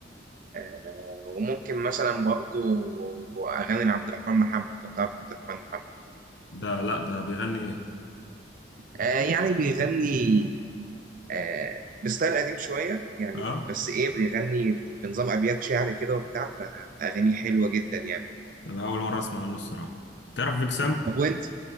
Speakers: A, on the right; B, on the left.
A: آه وممكن مثلا برضه اغاني لعبد الرحمن محمد لو تعرف عبد الرحمن محمد
B: ده لا ده بيغني ايه
A: آه يعني بيغني آه بستايل قديم شويه يعني
B: اه
A: بس ايه بيغني بنظام ابيات شعر كده وبتاع فاغانيه حلوه جدا يعني
B: ده انا اول مره اسمع عنه الصراحه تعرف بيك سام
A: طب وانت